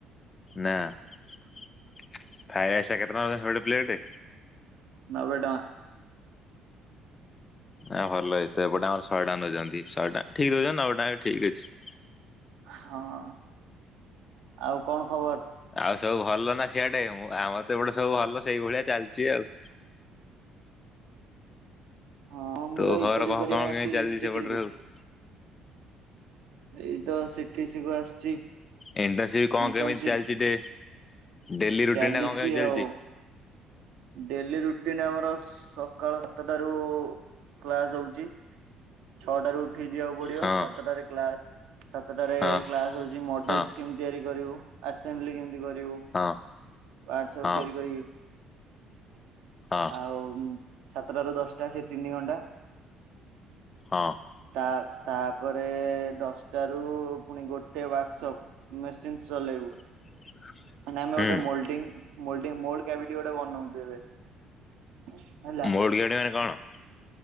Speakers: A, on the left; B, on the right.
A: ନା। ଫ୍ରାଏରାଇସ୍ ଟା କେତେ ଟଙ୍କା ସେପଟେ ପ୍ଲେଟ?
B: ନବେ ଟଙ୍କା।
A: ନାଁ ଭଲ ଏଇତ ଏପଟେ ଆର ଶହେଟଙ୍କା ନେଉଛନ୍ତି। ଶହେ ଟଙ୍କା ଠିକ୍ ଦଉଛନ୍ତି ନବେଟଙ୍କା ବି ଠିକ୍ ଅଛି।
B: ହଁ <inaudible> ଆଉ କଣ ଖବର?
A: ଆଉ ସବୁ ଭଲ ନା ସିଆଡେ? ଆମର ତ ଏପଟେ ସବୁ ଭଲ ସେଇଭଳିଆ ଚାଲିଛି ଆଉ।
B: ହଁ ମୁଁ
A: ତୋ
B: ତ
A: ଘର
B: ଇଣ୍ଟରଭିୟୁ
A: କଣ
B: କରିବା
A: କଣ
B: ପାଇଁ
A: କେମିତି
B: ଆସିଛି
A: ଚାଲିଛି
B: ସିଟିଟି
A: ସେପଟରେ
B: କୁ
A: ସବୁ?
B: ଏଇତ ସିଟିସିକୁ ଆସିଛି।
A: ଇଣ୍ଡଷ୍ଟି କଣ
B: ଇଣ୍ଟର୍ନସିପ
A: କେମିତି ଚାଲିଛି ଦେ ଡେଲି ରୁଟିନ
B: ଚାଲିଛି
A: ଟା କଣ କେମିତି ଚାଲିଛି?
B: ଆଉ ଡେଲି ରୁଟିନ ଆମର ସକାଳ ସାତଟାରୁ କ୍ଲାସ ହଉଛି। ଛଅଟାରୁ ଉଠିକି ଯିବାକୁ ପଡିବ
A: ହଁ
B: ସାତଟାରେ କ୍ଲାସ। ସାତଟାରେ
A: ହଁ
B: କ୍ଲାସ ହଉଛି ମଡେଲସ
A: ହଁ
B: କେମତି ତିଆରି କରିବୁ। ଆସେମ୍ବଲି କେମିତି କରିବୁ।
A: ହଁ
B: ପାହାଚ ସବୁ
A: ହଁ
B: ତିଆରି କରି
A: ହଁ
B: ଆଉ ସାତଟାରୁ ଦଶଟା ସେ ତିନି ଘଣ୍ଟା।
A: ହଁ।
B: ତା ତାପରେ ଦଶଟାରୁ ପୁଣି ଗୋଟେ ୱାର୍କସପ୍। ମେସିନ୍ ଚଲେଇବୁ।
A: <inaudible>
B: ମାନେ ଆମେ
A: ହୁଁ
B: ଗୋଟେ ମୋଲଡିଂ ମୋଲଡିଂ ମୋଲଡ କ୍ୟାବିଟି ଗୋଟେ ବନଉଛ ଏବେ ହେଲା।
A: <unintelligible>